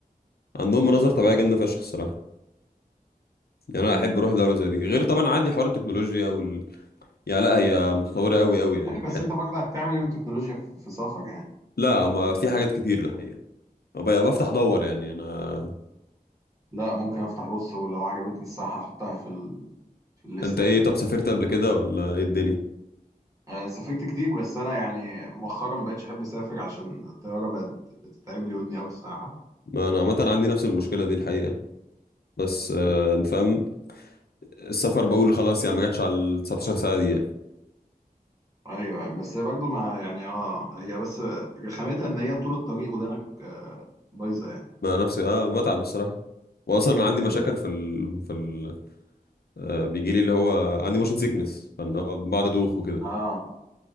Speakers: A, on the left; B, on the right.
A: عندهم مناظر طبيعية جامدة فشخ الصراحة يعني
B: امم
A: انا احب اروح دولة زي دي غير طبعا عادي حوار التكنولوجيا وال يعني لا هي متطورة قوي قوي يعني
B: ايوه
A: بح...
B: بس انت برضه هتعمل ايه بالتكنولوجيا في, في سفر يعني
A: لا ما في حاجات كتير الحقيقة أبقى بفتح دور يعني انا
B: لا ممكن افتح بص ولو عجبتني الساعة هحطها في ال... في الليستة
A: انت ايه
B: يعني
A: طب سافرت قبل كده ولا ايه الدنيا
B: آه سافرت كتير بس انا يعني مؤخرا ما بقتش احب اسافر عشان الطيارة بقت بتتعب لي ودني قوي الصراحة
A: ما انا عامة عندي نفس المشكلة دي الحقيقة بس آه، انت فاهم السفر بقول خلاص يعني ما جاتش على ال 19 ساعة دي يعني
B: ايوه بس برضه ما يعني اه هي بس رخامتها ان هي طول الطريق ودانك آه، بايظه يعني
A: ما نفسي اه بتعب الصراحة واصلا عندي
B: امم
A: مشاكل في ال... في آه، بيجي لي اللي هو عندي موشن سيكنس فان هو بقعد ادوخ وكده
B: اه